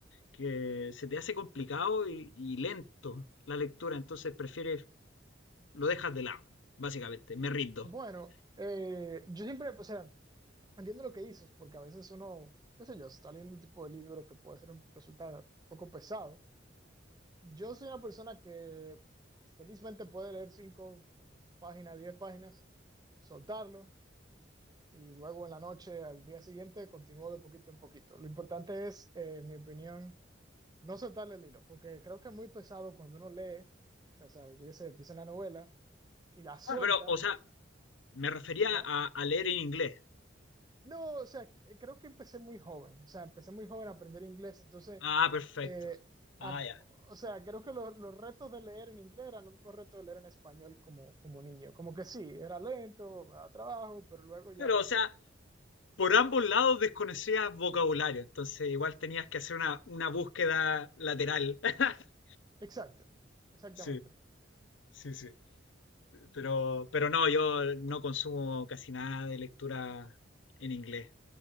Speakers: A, on the left; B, on the right.
A: que se te hace complicado y, y lento la lectura, entonces prefieres, lo dejas de lado, básicamente, me rindo.
B: Bueno, eh, yo siempre, o sea, entiendo lo que dices, porque a veces uno, qué sé yo, se está leyendo un tipo de libro que puede ser un, resulta un poco pesado. Yo soy una persona que felizmente puede leer cinco páginas, diez páginas, soltarlo y luego en la noche, al día siguiente, continúo de poquito en poquito. Lo importante es, eh, en mi opinión, no soltarle el hilo, porque creo que es muy pesado cuando uno lee, o sea, o sea, yo qué sé, empieza una novela y la suelta,
A: Ah, pero, o sea, me refería
B: ajá,
A: a, a leer en inglés.
B: No, o sea, c- creo que empecé muy joven, o sea, empecé muy joven a aprender inglés, entonces,
A: Ah, perfecto.
B: eh,
A: Ah,
B: a-
A: ya.
B: o sea, creo que lo- los retos de leer en inglés eran los mismos retos de leer en español como, como niño, como que sí, era lento, me daba trabajo, pero luego ya
A: Pero,
B: le...
A: o sea, por ambos lados desconocías vocabulario, entonces igual tenías que hacer una, una búsqueda lateral. <laughs>
B: Exacto, exactamente.
A: Sí, sí, sí. Pero, pero no, yo no consumo casi nada de lectura en inglés.